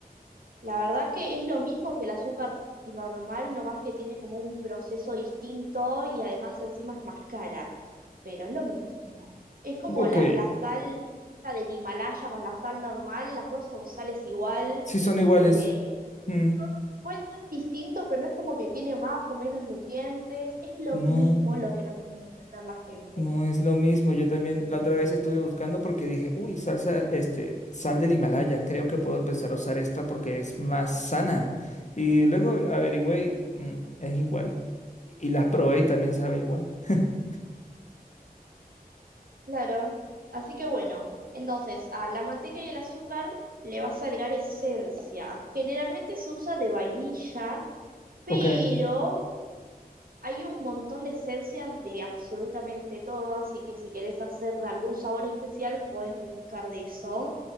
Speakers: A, on the right; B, on the left.
A: La verdad que es lo mismo que el azúcar normal, nomás que tiene como un proceso distinto y además encima es más cara, pero es lo mismo. Es como
B: Ok,
A: la, la sal esta del Himalaya con la sal normal, las dos son sales igual.
B: sí son iguales.
A: eh,
B: Mm,
A: no- puede ser distinto, pero no es como que tiene más o menos nutrientes, es lo
B: No,
A: mismo lo que no termina de entender la gente.
B: no es lo mismo. Yo también la otra vez estuve buscando porque dije, uy, salsa, este, sal del Himalaya, creo que puedo empezar a usar esta porque es más sana. Y luego averigüé, y, mm, es igual. Y y las probé y también sabe igual. <laughs>
A: Claro. Así que bueno, entonces a la manteca y el azúcar le vas a agregar esencia. Generalmente se usa de vainilla, pero
B: Ok.
A: hay un montón de esencias de absolutamente todo, así que si querés hacer de algún sabor especial, podés buscar de eso.